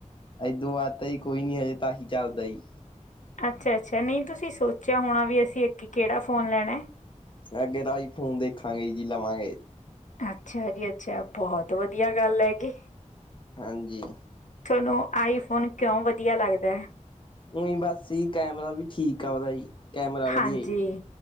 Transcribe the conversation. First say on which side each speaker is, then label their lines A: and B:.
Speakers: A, on the left (about 40°); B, on the left (about 75°).
A: ਏਦੋਂ ਬਾਅਦ ਤਾਂ ਕੋਈ ਨੀ ਹਜੇ ਤਾਂ ਇਹੀ ਚੱਲਦਾ ਜੀ
B: ਅੱਛਾ ਅੱਛਾ ਨਹੀਂ ਤੁਸੀਂ ਸੋਚਿਆ ਹੋਣਾ ਵੀ ਤੁਸੀਂ ਅੱਗੇ ਕਿਹੜਾ ਫੋਨ ਲੈਣਾ ਹੈ
A: ਅੱਗੇ ਤਾਂ ਆਈ ਫੋਨ ਦੇਖਾਂਗੇ ਜੀ ਲਵਾਂਗੇ
B: -ਅੱਛਾ ਜੀ ਅੱਛਾ। ਬਹੁਤ ਵਧੀਆ ਗੱਲ ਹੈਗੀ।
A: ਹਾਂਜੀ।
B: ਤੁਹਾਨੂੰ ਆਈਫੋਨ ਕਿਉਂ ਵਧੀਆ ਲੱਗਦਾ।
A: ਓਇ ਬਸ ਹੀ ਕੈਮਰਾ ਵੀ ਠੀਕ ਆ ਉਹਦਾ ਜੀ। ਕੈਮਰਾ ਵਧੀਆ
B: ਹਾਂਜੀ,
A: ਜੀ